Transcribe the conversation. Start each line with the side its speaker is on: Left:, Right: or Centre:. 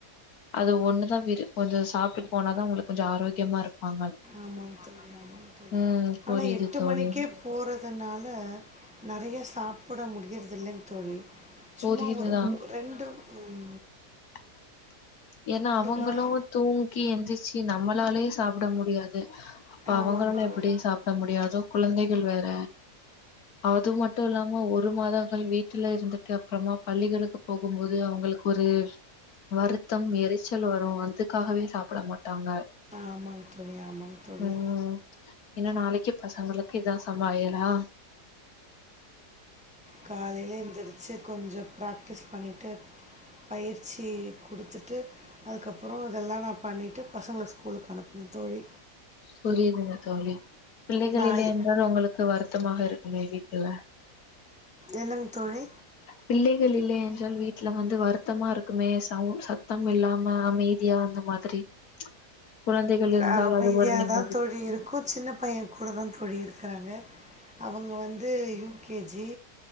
Left: அது ஒண்ணுதா விரு கொஞ்சோ சாப்ட்டுட்டு போனாதா அவங்களுக்கு கொஞ்சோ ஆரோக்கியமா இருப்பாங்க
Centre: ஆமாங்க தோழி ஆமாங்க தோழி
Left: ம் புரியுது
Centre: ஆனா எட்டு
Left: தோழி
Centre: மணிக்கே போறதுனால நிறை நிறையா சாப்பிட முடிகிறது இல்லைங்க தோழி
Left: புரியுது
Centre: சும்மா ஒரு ரெண்டு ம்ம்
Left: <unintelligible> ஏன்னா அவங்களும்
Centre: வாய்
Left: தூங்கி எந்திரிச்சு நம்மளாலே சாப்பிட முடியாது அப்ப
Centre: ஆமாங்க
Left: அவங்களா
Centre: இப்ப தோழி.
Left: எப்படி சாப்பிட முடியாதோ குழந்தைகள் வேற அது மட்டும் இல்லாம ஒரு மாதங்கள்வீட்டுல இருந்துட்டு அப்புறமா பள்ளிகளுக்கு போகும்போது அவங்களுக்கு ஒரு வருத் பித்தம் எரிச்சல் வரும் அதுக்காகவே சாப்ட மாட்டாங்க
Centre: ஆமாங்க தோழி ஆமாங்க தோழி
Left: ம்ம் என்ன நாளைக் பக்கி பசங்களுக்கு இதான் சமாயலா
Centre: காலையில எந்திரிச்சு கொஞ்சம் ப்ராக்டிஸ் பண்ணிட்டு பயிற்சி கொடுத்துட்டு அதுக்கப்புறம் இதெல்லாம் நான் பண்ணிட்டு பசங்கல ஸ்கூலுக்கு அனுப்பனும் தோழி
Left: புரிதுங்க தோழி பிள்ளைகள்
Centre: நான்
Left: இல்லை என்றால் உங்களுக்கு வருத் சுத்தமாக இருக்குமே வீட்டுல
Centre: என்னங்க தோழி
Left: பிள்ளைகள் இல்லையா உங்க வீட்டுல வந்து வருத்தமா இருக்குமே சவு சத்தம் இல்லாம அமைதியா அந்த மாதிரி குழந்தைகள் இருந்தால்
Centre: அ அமைதியா
Left: அது ஒரு நிம்
Centre: தான் தோழி இருக்கும் சின்ன பையன் கூட தான் தோழி இருக்கன் நாங்க அவங்க வந்து யூ கேஜி